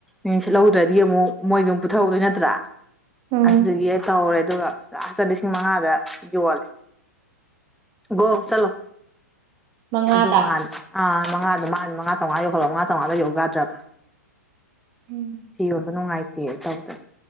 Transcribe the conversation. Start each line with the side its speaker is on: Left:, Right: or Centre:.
Centre: ꯎꯝ ꯁꯤꯠꯍꯧꯗ꯭ꯔꯗꯤ ꯑꯃꯨꯛ ꯃꯣꯏꯁꯨ ꯑꯃꯨꯛ ꯄꯨꯊꯍꯧꯗꯣꯏ ꯅꯠꯇ꯭ꯔ
Right: ꯎꯝ
Centre: ꯑꯗꯨꯗꯨꯒꯤ ꯇꯧꯍꯧꯔꯦ ꯑꯗꯨꯒ <unintelligible> ꯂꯤꯁꯤꯡ ꯃꯉꯥꯗ ꯌꯣꯜꯂꯦ ꯕꯣꯛ ꯆꯠꯂꯣ
Right: ꯃꯉꯥꯗ
Centre: ꯑꯗꯨꯒ ꯉꯥꯍꯥꯟ ꯑ ꯃꯉꯥꯗꯣ ꯃꯥ ꯃꯉꯥ ꯆꯥꯎꯉꯥ ꯌꯧꯍꯧꯔꯕ ꯃꯉꯥ ꯆꯥꯝꯉꯥꯗ ꯌꯧ ꯌꯥꯗ꯭ꯔꯕ
Right: ꯎꯝ
Centre: ꯐꯤ ꯌꯣꯟꯕ ꯅꯨꯡꯉꯥꯏꯇꯦ ꯇꯧꯗꯅ